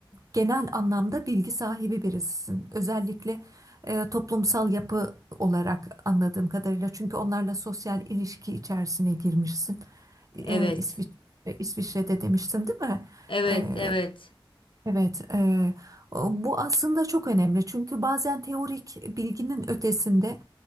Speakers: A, on the right; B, on the left.
A: genel anlamda bilgi sahibi birisisin. Özellikle e, toplumsal yapı olarak anladığım kadarıyla. Çünkü onlarla sosyal ilişki içerisine girmişsin. E,
B: Evet,
A: İsvi- İsviçre'de demiştin, değil mi?
B: evet,
A: E,
B: evet,
A: Evet, eee, o- bu aslında çok önemli çünkü bazen teorik bilginin ötesinde